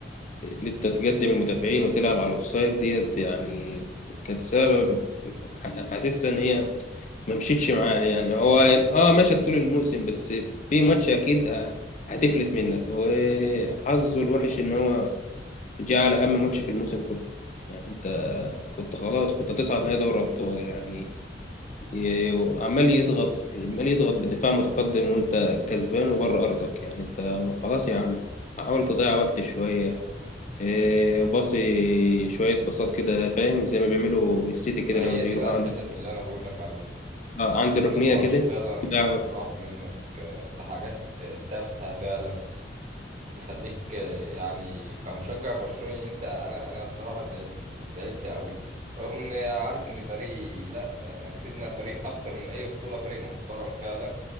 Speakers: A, on the left (about 40°); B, on the right (about 40°).
A: اللي انت تقدم المدافعين وتلعب على الاوفسايد ديت يعني كانت سبب ح- حاسسها ان هي ما مشيتش معاه يعني هو اه مشى طول الموسم بس في ماتش اكيد ه- هتفلت منك وحظه الوحش ان هو جه على اهم ماتش في الموسم كله يعني انت كنت خلاص كنت هتصعد نهائي دوري ابطال يعني ي- عمال يضغط عمال يضغط بدفاع متقدم وانت كسبان وبره ارضك يعني انت خلاص يا عم حاول تضيع وقت شويه إيه، باصي شويه باصات كده فاهم زي ما بيعملوا السيتي كده
B: ما
A: لما
B: هي
A: بيروحوا
B: دي بقى
A: عند
B: الحتت اللي انا بقول لك عليها
A: آه، عند الركنيه
B: ان الماتش
A: كده
B: فعلا
A: بتاع
B: راح منك آه، في حاجات آه، تافهة فعلا تخليك آه، يعني كمشجع برشلوني انت انا انا بصراحة زعلت زعلت قوي رغم ان عارف ان فريق لا احنا كسبنا فريق اكتر من اي بطولة فريق محترم فعلا